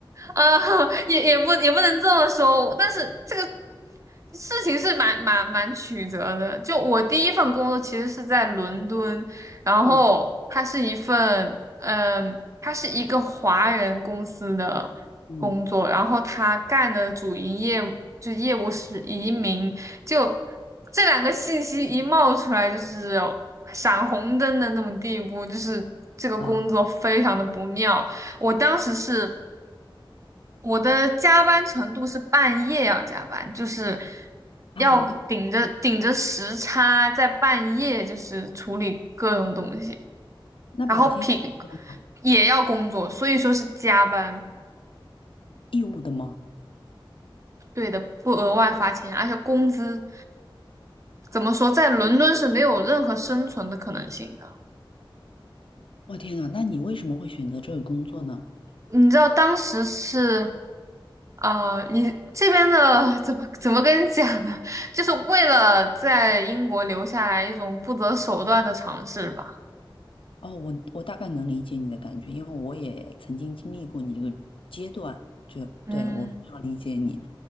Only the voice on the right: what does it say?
呃，<laughs> 也也不也不能这么说，但是这个事情是蛮蛮蛮曲折的。就我第一份工作其实是在伦敦，然后它是一份，
嗯、它是一个华人公司的
工作，然后他干的主营业就业务是移民，就这两个信息一冒出来，就是闪红灯的那种地步，就是这个工作非常的不妙。
我当时是。我的加班程度是半夜要加班，就是
要顶着顶着时差，在半夜就是处理各种东西，
然后品也要工作，所以说是加班。
对的，不额外发钱，而且工资怎么说，在伦敦是没有任何生存的可能性的。
你知道当时是啊，你这边的 <laughs> 怎么怎么跟你讲呢？<laughs> 就是为了在英国留下来一种不择手段的尝试吧。
嗯，